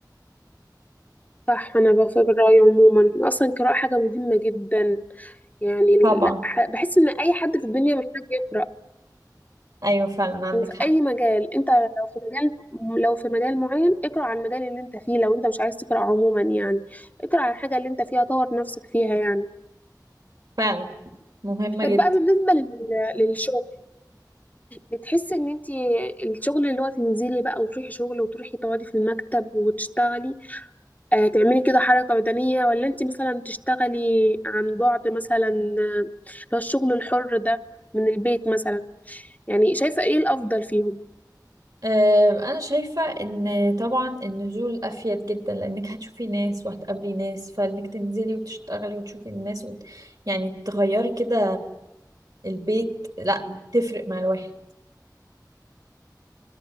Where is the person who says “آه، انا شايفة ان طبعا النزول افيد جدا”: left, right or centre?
Right